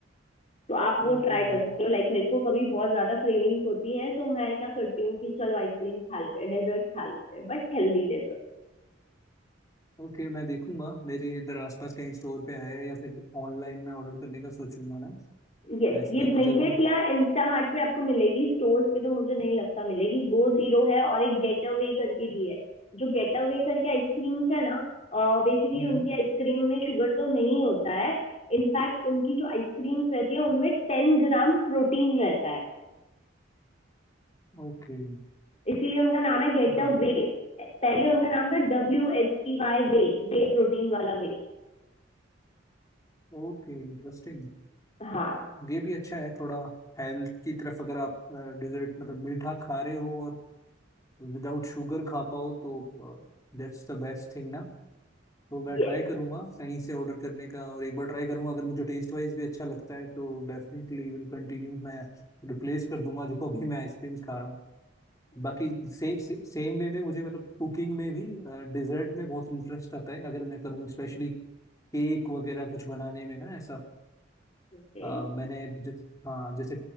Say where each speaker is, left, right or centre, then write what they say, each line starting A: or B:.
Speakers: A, on the left; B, on the left.
A: तो आप वो
B: ओके
A: ट्राई कर सकते हो लाइक मेरे को कभी बहुत ज्यादा क्रेविंग्स होती हैं तो मैं क्या करती हूँ कि चलो आइसक्रीम खा लेते हैं डेजर्ट खा लेते हैं बट हेल्दी डेजर्ट
B: ओके मैं देखूंगा मेरे इधर आसपास कहीं स्टोर पे आया है या फिर ऑनलाइन में ऑर्डर करने का सोचूंगा ना
A: यस
B: आइसक्रीम
A: ये
B: भी
A: ब्लिंकिट
B: जरूर
A: या इंस्टामार्ट पे आपको मिलेगी स्टोर्स पे तो मुझे नहीं लगता मिलेगी गो जीरो है और एक गेट अवे करके भी है जो गेट अवे करके आइसक्रीम्स है ना बेसिकली
B: हम्म
A: uh, उनकी आइसक्रीम में शुगर तो नहीं होता है इनफैक्ट उनकी जो आइसक्रीम्स रहती है उनमें टेन ग्राम प्रोटीन रहता है
B: ओके
A: इसीलिए उनका नाम है गेट
B: मतलब
A: अवे पहले उनका नाम था डब्ल्यू एच ई वाई वे वे प्रोटीन वाला वे
B: ओके इंटरेस्टिंग
A: हाँ
B: ये भी अच्छा है थोड़ा हेल्थ की तरफ अगर आप डिजर्ट मतलब मीठा खा रहे हो और विदाउट शुगर खा पाओ तो दैट्स द बेस्ट थिंग ना तो मैं
A: ये
B: ट्राई करूंगा कहीं से ऑर्डर करने का और एक बार ट्राई करूंगा अगर मुझे टेस्ट वाइज भी अच्छा लगता है तो डेफिनेटली विल कंटिन्यू मैं रिप्लेस कर दूंगा जो अभी मैं आइसक्रीम खा रहा हूँ बाकी सेम सेम वे में मुझे मतलब कुकिंग में भी डिजर्ट में बहुत इंटरेस्ट आता है अगर मैं करूँ स्पेशली केक वगैरह कुछ बनाने में ना ऐसा
A: <laughs>
B: अ, मैंने जिस हाँ जैसे